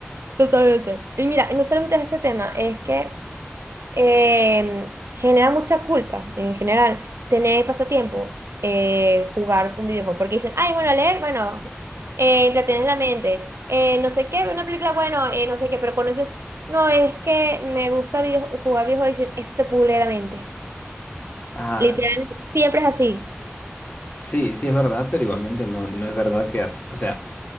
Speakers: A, on the right; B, on the left.
A: Totalmente. Y mira, no solamente es ese tema, es que eh, genera mucha culpa en general tener pasatiempo, eh, jugar un videojuego, porque dicen, ay, bueno, leer, bueno, eh, entretienes la mente, eh, no sé qué, ver una película, bueno, eh, no sé qué, pero conoces, no, es que me gusta video- jugar videojuegos, dicen, eso te pudre la mente.
B: Ah,
A: Literalmente,
B: s-
A: siempre es así.
B: sí, sí es verdad, pero igualmente no, no es verdad que has, o sea,